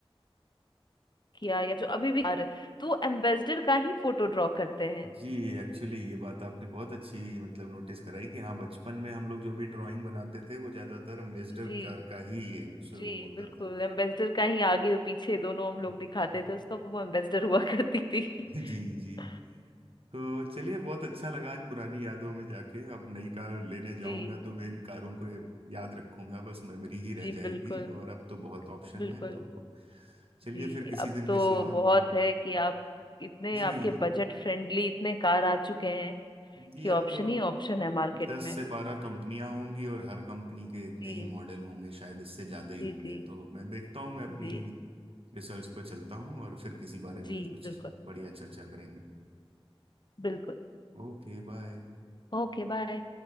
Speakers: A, on the left; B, on the right.
A: किया या जो अभी भी कार तो एम्बेसडर का ही फोटो ड्रॉ करते हैं
B: जी एक्चुअली ये बात आपने बहुत अच्छी मतलब नोटिस कराई कि हाँ बचपन में हम लोग जो भी ड्राइंग बनाते थे वो ज्यादातर अम्बेसडर
A: जी
B: कार का ही एक स्वरूप
A: जी
B: होता
A: बिल्कुल
B: था
A: एम्बेसडर का ही आगे और पीछे दोनों हम लोग
B: <laughs>
A: दिखाते थे उसका वो एम्बेसडर हुआ करती थी
B: जी जी
A: <laughs>
B: तो चलिए बहुत अच्छा लगा आज पुरानी यादों में जाके अब नई कार लेने जाऊंगा
A: जी
B: तो मैं इन कारों को याद रखूंगा बस मेमोरी ही रह
A: जी
B: जाएगी
A: बिल्कुल
B: और अब तो बहुत ऑप्शन
A: बिल्कुल
B: है तो चलिए
A: जी
B: फिर किसी
A: अब
B: दिन
A: तो
B: किसी और
A: बहुत
B: हम्म,
A: है कि आप इतने
B: जी
A: आपके बजट फ्रेंडली इतने कार आ चुके हैं
B: जी
A: कि
B: अब
A: ऑप्शन
B: तो
A: ही ऑप्शन है मार्केट
B: दस
A: में
B: से बारह कंपनियां होंगी और हर कंपनी के इतने
A: जी
B: ही मॉडल होंगे शायद इससे ज्यादा ही
A: जी
B: होंगे
A: जी
B: तो मैं देखता हूँ मैं अपनी
A: जी
B: रिसर्च पर चलता हूँ और फिर किसी बारे में
A: जी
B: कुछ
A: बिल्कुल
B: बढ़िया चर्चा करेंगे
A: बिल्कुल
B: Okay bye
A: Okay bye